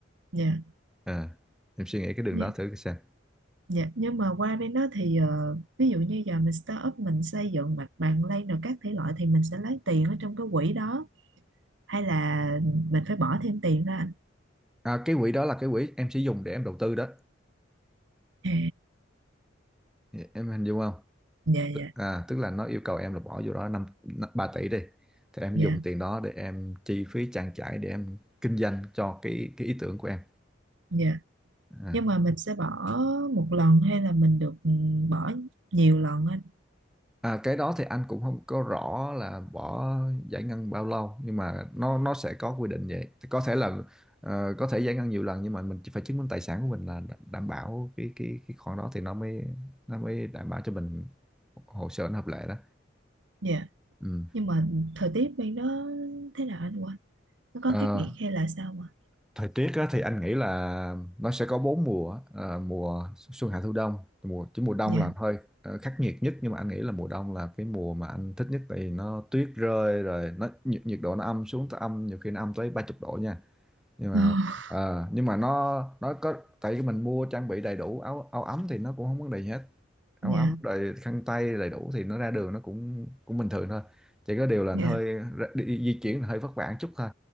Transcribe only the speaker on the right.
dạ
dạ
dạ nhưng mà qua bên đó thì ờ, ví dụ như giờ mình start up mình xây dựng mặt bằng lay rồi các thể loại thì mình sẽ lấy tiền ở trong cái quỹ đó hay là mình phải bỏ thêm tiền ra anh
À.
dạ
dạ
dạ
dạ
nhưng mà mình sẽ bỏ một lần hay là mình được ừ, bỏ nhiều lần anh
dạ
nhưng mà thời tiết bên đó thế nào anh quên nó có
khắc nghiệt hay là sao mà
dạ
<laughs>
<sighs>
dạ
dạ